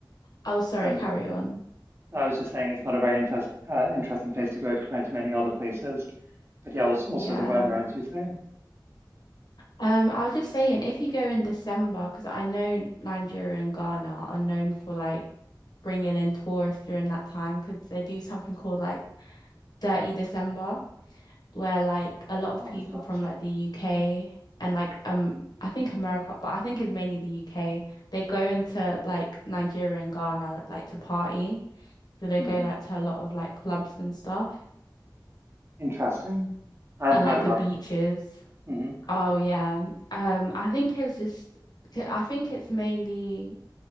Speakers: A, on the left; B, on the right.
A: Oh, sorry,
B: Some-
A: carry on.
B: I was just saying it's not a very interest, uh, interesting place to go compared to many other places. But yeah, also,
A: Yeah.
B: also the weather, as you say.
A: Um, I was just saying, if you go in December, because I know Nigeria and Ghana are known for like bringing in tourists during that time, because they do something called like Dirty December, where like a lot of
B: What
A: people
B: is that?
A: from like the UK and like um I think America, but I think it's mainly the UK. They go into like Nigeria and Ghana like to party, so they
B: Mm,
A: go like to a lot of like clubs and stuff,
B: Interesting. I hadn't
A: and
B: heard
A: like
B: about
A: the beaches.
B: that. Mm-hmm.
A: Oh yeah, um, I think it's just. I think it's mainly.